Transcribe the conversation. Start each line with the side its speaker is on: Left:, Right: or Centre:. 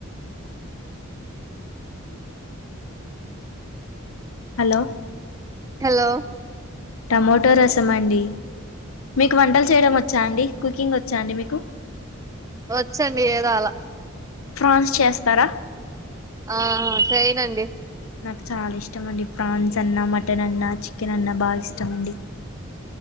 Left: హలో
Right: హలో
Left: టమోటో రసం అండి మీకు వంటలు చేయడం వచ్చా అండి. కుకింగ్ వచ్చా అండి మీకు.
Right: వచ్చండి ఏదో అలా
Left: ఫ్రాన్స్ చేస్తారా
Right: ఆ సైనడి
Left: నాకు చాలా ఇష్టమ అండి ప్రాన్స్ అన్నా మటన్ అన్నా చికెన్ అన్నా బాగా ఇష్టమ అండి